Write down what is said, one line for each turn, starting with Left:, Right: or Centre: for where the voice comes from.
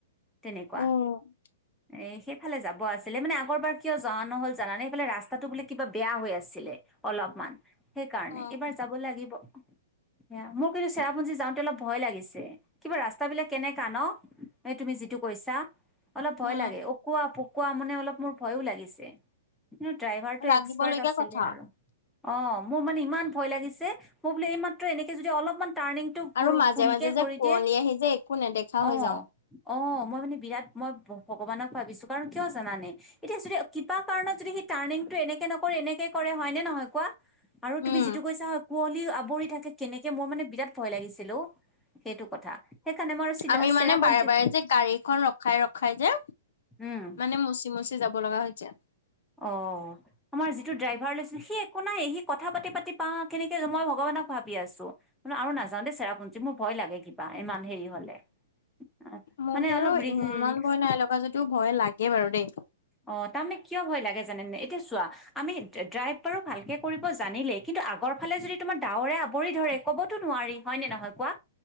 Centre: তেনেকুৱা
Left: উম
Centre: এই সেইফালে যাব আছিলে মানে, আগৰবাৰ কিয় যোৱা নহ'ল জানানে? সেইফালে ৰাস্তাটো বোলে কিবা বেয়া হৈ আছে। আছিলে অলপমান সেইকাৰণে,
Left: উম
Centre: এইবাৰ যাব লাগিব। য়া মোৰ কিন্তু চেৰাপুঞ্জী যাওঁতে অলপ ভয় লাগিছে। কিবা ৰাস্তাবিলাক কেনেকা ন? হে তুমি যিটো কৈছা। অলপ ভয়
Left: উম।
Centre: লাগে অকোৱা-পকোৱা মানে অলপ মোৰ ভয়ো লাগিছে। কিন্তু ড্ৰাইভাৰ টো
Left: লাগিবলগীয়া
Centre: এক্সপাৰ্ট আছিলে
Left: কথা
Centre: আৰু। অ, মোৰ মানে ইমান ভয় লাগিছে, মই বোলো এইমাত্ৰ এনেকে যদি অলপমান টাৰ্ণিং টো ভুল
Left: আৰু মাজে
Centre: কুৰি
Left: মাজে
Centre: যে কৰি
Left: কুঁৱলী
Centre: দিয়ে,
Left: আহি যে একো নেদেখা
Centre: অ'।
Left: হৈ যাওঁ।
Centre: অ' মই মানে বিৰাট মই ভ ভগৱানক ভাবিছোঁ কাৰণ কিয় জানানে? এতিয়া যদি কিবা কাৰণত যদি সি টাৰ্ণিং টো এনেকে নকৰি এনেকে কৰে হয় নে নহয় কোৱা? আৰু তুমি
Left: উম,
Centre: যিটো কৈছা হয়, কুঁৱলী আৱৰি থাকে কেনেকে মোই মানে বিৰাট ভয় লাগিছিল ঔ সেইটো কথা। সেইকাৰণে মই আৰু চিলা
Left: আমি মানে
Centre: চেৰাপুঞ্জীত
Left: বাৰে, বাৰে যে গাড়ীখন ৰখাই, ৰখাই যে
Centre: উম,
Left: মানে মচি, মচি যাব লগা হৈছে।
Centre: অ'আমাৰ যিটো ড্ৰাইভাৰ লৈছিলো সি এ একো নাই সি কথা পাতি, পাতি পা কেনেকে, মই ভগৱানক ভাবি আছোঁ। ন আৰু নাযাও দে চেৰাপু্জী মোৰ ভ ভয় লাগে কিবা এমান হেৰি হ'লে। অ,
Left: মোৰ
Centre: মানে
Left: বাৰু
Centre: অলপ ৰি
Left: ইমান ভয় নাই লগা যদিও, ভয় লাগে বাৰু দেই।
Centre: অ, তাৰমানে কিয় ভয় লাগে জানানে? এতিয়া চোৱা আমি ড ড্ৰাইভ বাৰু ভালকে কৰিব জানিলেই, কিন্তু আ আগৰ ফালে যদি তোমাৰ ডাৱৰে আৱৰি ধৰে, কবতো নোৱাৰি হয় নে নহয় কোৱা?